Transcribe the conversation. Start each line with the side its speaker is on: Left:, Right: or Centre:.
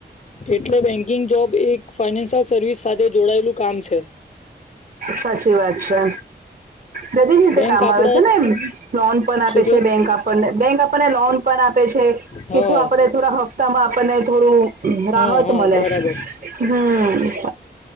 Left: એટલે બેન્કિંગ જોબ એક ફાઈનાન્શિયલ સર્વિસ સાથે જોડાયેલું કામ છે.
Right: સાચી વાત છે. બધી જ રીતે
Left: બેંક
Right: કામ
Left: આપડા
Right: આવે છે ને લોન પણ આપે
Left: શું કેવ
Right: છે બેંક આપણને બેંક આપણને લોન પણ આપે છે કે
Left: હા
Right: જો આપને થોડા હપ્તા માં આપણને થોડું રાહત
Left: હા હા
Right: મલે.
Left: બરાબર
Right: હમ્મ.